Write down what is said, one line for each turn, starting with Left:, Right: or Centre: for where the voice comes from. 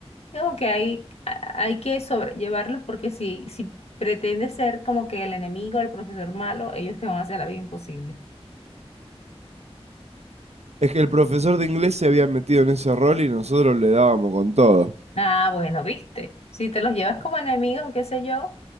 Left: digamos que hay, a- hay que sobrellevarlos porque si, si pretendes ser como que el enemigo, el profesor malo, ellos te van a hacer la vida imposible.
Right: Es que el profesor de inglés se había metido en ese rol y nosotros le dábamos con todo.
Left: Ah, bueno, viste, si te los llevas como enemigos o qué sé yo,